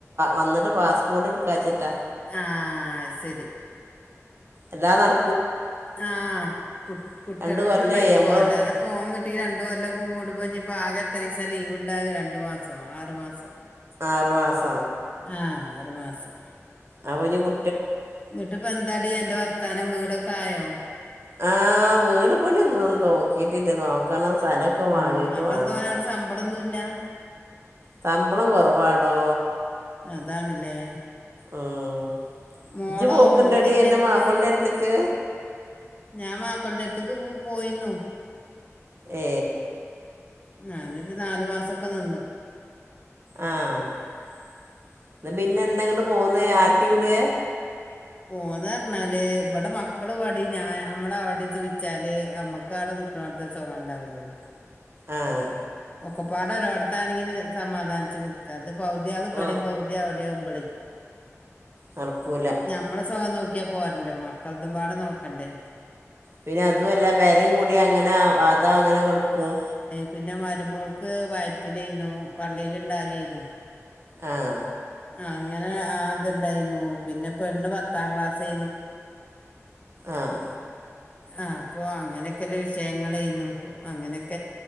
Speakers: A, on the right (about 55°); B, on the left (about 25°).
A: വന്നിട്ട് പാസ്പോർട്ട് എടുക്കാച്ചിട്ടാ
B: ആഹ് ശരി
A: എല്ലാം നട
B: ആഹ് കുട്ടികളായിട്ട്
A: രണ്ട് കൊല്ലേ
B: പൊയ്ക്കോ
A: നമ്മളെ
B: അല്ലാതെ
A: വിട്ട്
B: പോങ്ങട്ടി രണ്ട് കൊല്ലം ഓഹ് ഇവിടെ ഇനിപ്പ ആകേ എത്ര ദിവസം ലീവ് ഇണ്ടാകോ രണ്ട് മാസം ആറ് മാസം
A: ആറുമാസം
B: ആഹ് ആറുമാസം
A: അപ്പോ ഇനി കു
B: ഇങ്ങട്ട് ഇപ്പോ എന്താടി എന്റെ വർത്താനം വീടൊക്കെ ആയോ
A: ആഹ് വീട് പണിയൊന്നും നോക്കിയിട്ടില്ല നോക്കണം സ്ഥലമൊക്കെ
B: ഉം
A: വാങ്ങിയിട്ട്
B: അപ്പൊ
A: വേണം
B: എന്തോനെ അവിടെ ശമ്പളൊന്നുല്ല
A: ശമ്പളം കുറവാടോ
B: അതാണ്ല്ലേ
A: ഉം.
B: മോളോ
A: ഇജ്ജ് പോക്ക്ണ്ടടി
B: മോളില്ല
A: എന്റെ
B: അനക്ക്
A: മാപ്പിളിന്റെ അടുത്തേക്ക്
B: ഞാൻ മാപ്പിളുടെ അടുത്ത്ക്ക് പോയിന്നു
A: ഏ
B: ഞാനൊരു നാലു മാസൊക്കെ നിന്നു
A: ആഹ് പിന്നെ എന്താ അങ്ങട്ട് പോന്നേ ആരട്ടി വീട
B: പോന്ന് പറഞ്ഞാല് ഇവിടെ മക്കള് പാടി ഞാൻ നമ്മള് അവിടെ ചോദിച്ചാല് അമ്മക്ക് അവിടെ നിക്കണടത്തെ സുഖം ഉണ്ടാവില്ലല്ലോ
A: ആഹ്
B: ഒക്കെപ്പാടം ഒരോടത്താണെങ്കിൽ സമാധാനിച്ച് നിക്കാ അത് പകുതിയാള് ഇവിടെയം
A: ഓ
B: പകുതി അവിടെയാവുമ്പോളെ -
A: നടക്കൂല
B: ഞമ്മളെ സുഖം നോക്കി ക്ക പോറല്ലോ മക്കളതുംമ്പാട് നോക്കണ്ടേ
A: പിന്നെ അതുംമല്ല പെരയും കൂടി അങ്ങനെ അതാ അങ്ങനെ കെടുക്കും
B: പിന്നമാറി വരുമ്പോൾക്ക് വാറ്റിൽന്നുന്നു പള്ളിൽ ഇണ്ടാകന്നു
A: ആഹ
B: അങ്ങനെ അത്ണ്ടായിരുന്നു പിന്നെ പെണ്ണ് പത്താം ക്ലാസ്
A: ആഹ
B: ആ അപ്പൊ അങ്ങനൊക്കെല്ല വിഷയങ്ങ ചെയുന്നു അങ്ങനക്കെ